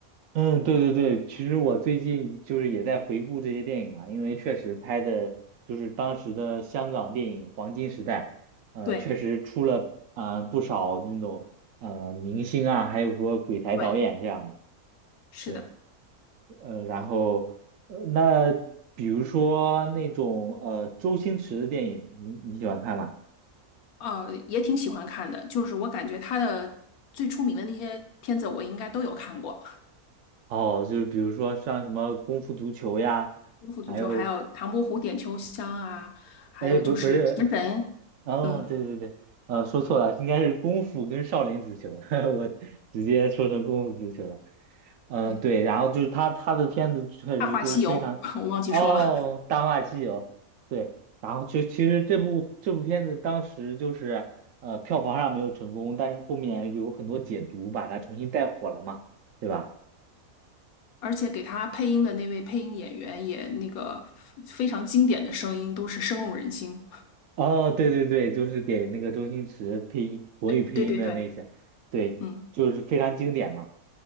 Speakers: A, on the right (about 70°); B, on the left (about 75°).
A: 嗯，对对对，其实我最近就是也在回顾这些电影嘛，因为确实拍的就是当时的香港电影黄金时代，呃，
B: 对。
A: 确实出了啊不少那种呃明星啊，还有说鬼才导演这样的，
B: 对，是的，
A: 对，呃，然后呃那比如说那种呃周星驰的电影，你你喜欢看吗？
B: 呃，也挺喜欢看的。就是我感觉他的最出名的那些片子，我应该都有看过，
A: 哦，就是比如说像什么《功夫足球》呀，
B: 《功夫足球》，
A: 还有
B: 还有《唐伯虎点秋香》啊，还有就是《食神》，
A: 哎不不是 <laughs> 哦，
B: 嗯，
A: 对对对，呃，说错了，应该是功夫跟少林足球，<laughs> 我直接说成功夫足球了。嗯、
B: 对，
A: 对，然后就是他他的片子确实都非常，
B: 《大话西游》<laughs> 我忘记说了。
A: 哦，《大话西游》对，然后就其实这部这部片子当时就是呃票房上没有成功，但是后面有很多解读把它重新带火了嘛，对吧？
B: 而且给他配音的那位配音演员也那个非常经典的声音，都是深入人心。
A: 哦，对对对，就是给那个周星驰配音国语配音的那些，
B: 对对对对，
A: 对，
B: 嗯，
A: 就是非常经典嘛，